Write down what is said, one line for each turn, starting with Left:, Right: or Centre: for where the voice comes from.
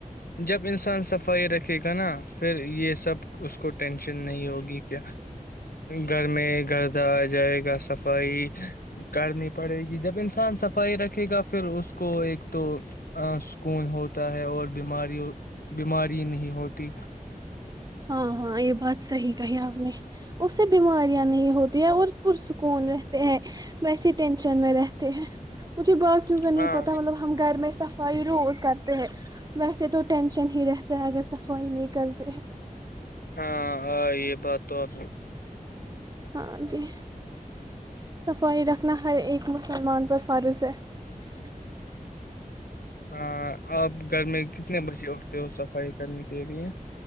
Left: جب انسان صفائی رکھے گا نا پھر یہ سب اس کو ٹینشن نہیں ہوگی کہ گھر میں گردہ آ جائے گا صفائی کرنی پڑے گی جب انسان صفائی رکھے گا پھر اس کو ایک تو سکون ہوتا ہے اور بیماری بیماری نہیں ہوتی
Right: ہاں ہاں یہ بات صحیح کہی آپ نے اس سے بیماریاں نہیں ہوتی ہیں اور پرسکون رہتے ہیں ویسی ٹ میں رہتے ہیں مجھے باقیوں کا نہیں
Left: ہاں
Right: پتا مطلب ہم گھر میں س صفائی روز کرتے ہیں ویسے تو ٹینشن ہی رہتا ہے اگر صفائی نہیں کرتے ہیں
Left: ہاں یہ بات تو آپ
Right: ہاں جی صفائی رکھنا ہر ایک مسلمان پر فار سے ہے
Left: ہاں آپ گھر میں کتنے بجے اٹھتے ہو صفائی کرنے کے لیے